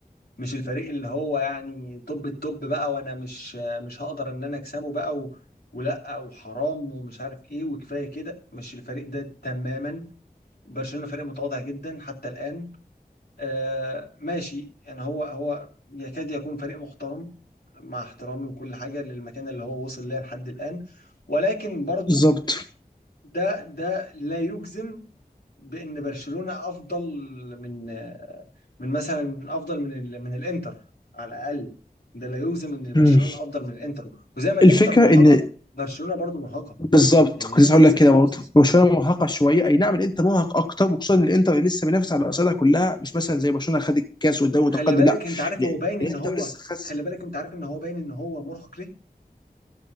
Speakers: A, on the left; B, on the left.
A: مش الفريق اللي هو يعني توب التوب بقى وانا مش مش هقدر ان انا اكسبه بقى و... ولا وحرام ومش عارف ايه وكفايه كده مش الفريق ده تماما برشلونة فريق متواضع جدا حتى الآن آه ماشي يعني هو هو يكاد يكون فريق محترم مع احترامي وكل حاجة للمكان اللي هو وصل ليه لحد الآن ولكن برضو
B: بالظبط
A: ده ده لا يجزم بأن برشلونة أفضل من آه، من مثلا أفضل من ال- من الإنتر على الأقل ده لا يجزم إن برشلونة
B: مم.
A: أفضل من الإنتر وزي ما الإنتر
B: الفكره
A: مرهقة
B: ان
A: برشلونة برضو مرهقة
B: بالظبط
A: يعني
B: كنت
A: هي
B: لسه
A: نفس
B: هقول لك
A: الفرص
B: كده برضه برشلونه مرهقه شويه اي نعم الانتر مرهق اكتر وخصوصا ان الانتر لسه بينافس على الاصابع كلها مش مثلا زي برشلونه خد الكاس والدوري متقدم
A: خلي بالك
B: لا
A: أنت عارف
B: ال-
A: هو باين إن
B: الانتر
A: هو
B: لسه خس
A: خلي بالك أنت عارف إن هو باين إن هو مرهق ليه؟